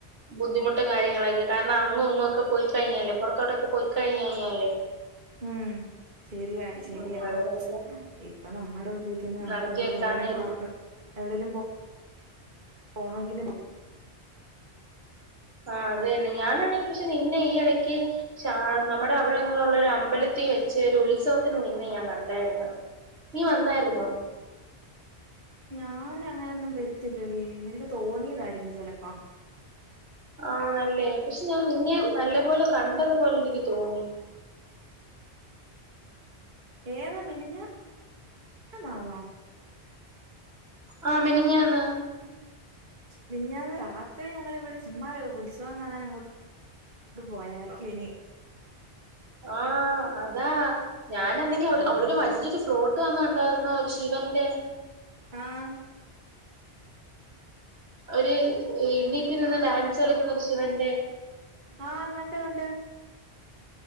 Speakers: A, on the right; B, on the right.
A: ബുദ്ധിമുട്ടു കാര്യങ്ങളായ്, ക്ക കാരണം. അങ്ങു ഇങ്ങു ക്കെ. പുൽകയിഞ്ഞാല് പുറത്തോട്ടൊക്കെ പൊയ്കഴിഞ്ഞ യ്ഞ്ഞാലേ.
B: ഉം ശെരിയാടി ശെരിയാ
A: ഉം
B: പ്പം
A: അത് തന്നെ
B: ഹ് ഇപ്പൊ നമ്മടെ ഒ വീക്കെൻഡ് നമ്മക്ക്
A: നടത്തി
B: രണ്ട് പേർക്കും
A: വെക്കാന്നായിരുന്നു.
B: എവ്ടെലും അവർക്ക് എവിടെലും പോ പോണങ്കിലും
A: ആഹ് അതെന്നെ ഞാനാണെങ്കി പക്ഷെ നിന്നെ ഈ എടയ്ക്ക് ഷാ നമ്മൾ ദാ അവടെ എങ്ങനെയുള്ളെരു അമ്പലത്തീ വെ ചെ രുത്സവത്തിന് നിന്നെ ഞാൻ കണ്ടെയിര്ന്നു. നീ വന്നായിരുന്നോ. ജ്
B: ഞാനങ്ങനൊന്നും വര്ത്തില്ലെടീ. നിനക്ക് തോന്നിയതായിരിക്കും ചെലപ്പം.
A: ആണല്ലേ പക്ഷെ ഞാൻ നിന്നെ നല്ലപോലെ കണ്ടതുപോലെ നിക്ക്തോന്നി.
B: ഏതാ മിനിഞ്ഞ ന്നാന്നേ.
A: ആ മിനിഞ്ഞാന്ന്
B: മനിഞാന്ന് രാത്രി ഞങ്ങിവിടെ ചുമ്മാ ഉത്സവം കാണാൻ അങ്ങോട്ട് ട്ട് പോയായിരിക്കുനി.
A: ആ അതാ ഞാനെന്നെങ്കി അവ്ടെ
B: ആഹ്
A: അവിടെരു വലൃയൊരു ഫ്ലോ ത് വന്ന്കണ്ടായിരുന്നേ ഒരു ശിവന്റെ.
B: ആഹ്
A: ഒരു ണീറ്റ് നിന്ന് ഡാൻസ് കളിക്കുന്ന ഒരു ശിവന്റെ?
B: ആഹ് കണ്ട്. കണ്ട്.